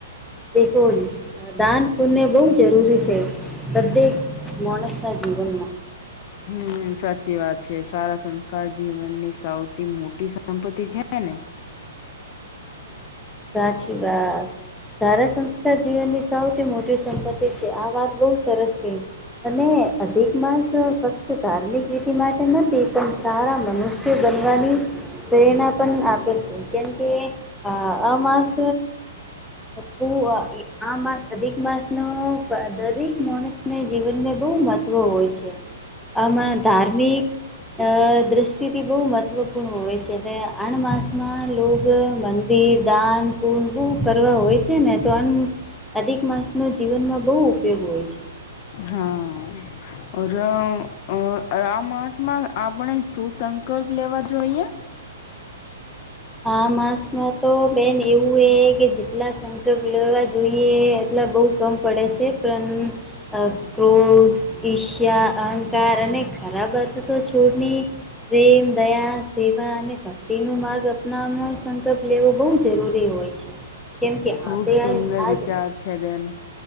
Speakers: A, in the centre; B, on the left.
A: બેકોલ દાન પુણ્ય બહુ જરૂરી છે બધે મોણસના જીવનમાં
B: હમ્મ સાચી વાત છે સારા સંસ્કાર જીવનની સૌથી મોટી સંપત્તિ છે. ને
A: સાચી બાત સારા સંસ્કાર જીવનની સૌથી મોટી સંપત્તિ છે આ વાત બહુ સરસ કહી અને અધિક માસ ફક્ત ધાર્મિક વિધિ માટે નથી પણ સારા મનુષ્ય બનવાની પ્રેરણા પણ આપે છે કેમ કે અ આ માસ પૂવા એ આ માસ અધિક માસ નો દરેક મોણસને જીવનને બહુ મહત્વ હોય છે. આમાં ધાર્મિક અ દ્રષ્ટિથી બહુ મહત્ત્વપૂર્ણ હોય છે અને આણ માસમાં લોગ મંદિર દાન પુણ બહું કરવા હોય છે ને તો અન અધિક માસનો જીવનમાં બહુ ઉપયોગ હોય છે.
B: હા. <unintelligible> હમ્મ આ માસમાં આપણે શું સંકલ્પ લેવા જોઈએ.
A: હા માસમાં તો બેન એવું હે કે જેટલા સમય મતલબ લેવા જોઈએ એટલા બહુ કમ પડે છે પણ અ ક્રોધ ઈર્ષ્યા અહંકાર અને ખરાબ આદતો છોડની પ્રેમ દયા સેવા અને ભક્તિનો માર્ગ અપ નામનો સંકલ્પ લેવો બહુ જરૂરી હોય છે કેમ કે
B: ખુબ
A: આપણે
B: સુંદર
A: આ આજ
B: વિચાર છે બેન